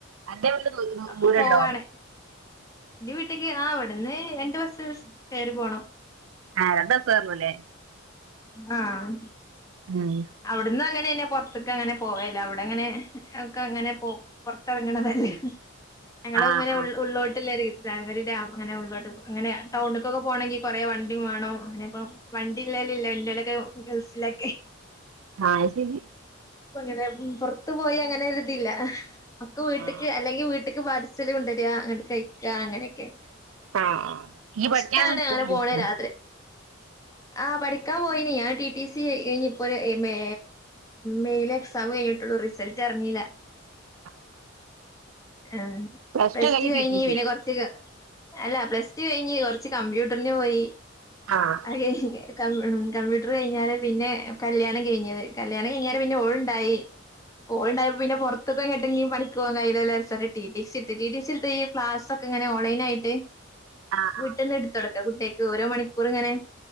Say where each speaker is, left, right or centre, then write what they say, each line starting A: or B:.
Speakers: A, on the right; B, on the left.
A: അന്റെ വീട് ദൂ- ദൂ-
B: ഒക്ക
A: ദൂരണ്ടോ
B: പോവാണേ എന്റെ വീട്ടക്ക് ആ ഇവിടുന്ന് രണ്ട് ബസ്സ് ബസ്സ് കയറി പോണം
A: ആഹ് രണ്ട് ബസ് കേർണം ലേ
B: ആഹ്
A: ഉം.
B: അഹ് എന്നും അങ്ങനെന്നെ പുറത്ത് ക്ക് അങ്ങനെപോവലില്ല അവിടെ അങ്ങനെ ഒക്കെ അങ്ങനെ പോ പുറത്തിറങ്ങണതല്ല ഞങ്ങള്
A: ആ
B: ഇങ്ങനെ
A: ആ
B: ഉള്ളോ ഉള്ളോട്ടില്ല രി <unintelligible> അങ്ങനെ ഉള്ളോട്ട്ങ്ങന ടൗണിൽക്കൊക്കെ പോണെങ്കിൽ കൊറെ വണ്ടി വേണം അങ്ങനെ പോ വണ്ടിള്ളോലും ഇല്ല ഇല്ലോലൊക്കെ ഗൾഫിലൊക്കെ
A: ആഹ അയ് ശെരി
B: ഇപ് അങ്ങനെ പുറത്ത് പോയി അങ്ങനെ രുതില്ല ഒക്ക് വീട്ടക്ക്
A: ആ
B: അല്ലെങ്കിൽ വീട്ടക്ക് പാതി <unintelligible> കൊണ്ടര ന്നട്ട്കഴിക്ക അങ്ങനൊക്കെ
A: ആ ആ. ഈ പഠിക്കാനൊന്നും
B: ഇഷ്ടാണ് അങ്ങനെ
A: പോയില്ലേക്കും
B: പോണ രാത്രി ആഹ പഠിക്കാൻ പോയി ഞാൻ ടി ടി സി കഴിഞ്ഞ ഇപ്പോ മെ മെയിലെ എക്സാം കഴിഞ്ഞിട്ടുള്ളു റിസ് റിസൽറിഞ്ഞില്ല
A: !!!
B: ആഹ
A: പ്ലസ്
B: പ്രസ്റ്റുകഴിഞ്
A: ടു കഴിഞ്ഞ് ടി ടി സി
B: പിന്നെ കൊറ അല്ല പ്ലസ് ടു കഴിഞ്ഞ് കുറച്ച് കമ്പ്യൂട്ടറിന് പോയി
A: ആഹ്
B: അതെ കമ്പ്യൂട്ടർ കഴിഞ്ഞാല് പിന്നെ കല്യാണം കഴിഞ്ഞത് കല്യാണം കഴിഞ്ഞാല് പിന്നെ ഓഴ തായി കോ <unintelligible> ണ്ടായപ്പോ പിന്നെറത്തക്കെ കേട്ടെങ്കി പണിക്ക പോവാകയ്യില്ല ടി ടി സി എടുത്ത് ടി ടി സ എടു ഈ ക്ലാസ്ക്കെ ഇങ്ങനെ ഓൺലൈൻ ആയിട്ട്
A: ആ ആ
B: വീട്ടിൽന്ന് എടുത്ത്ടുക്കാം കുട്ടികക്ക് ഓരോ മണിക്കൂർ ഇങ്ങനെ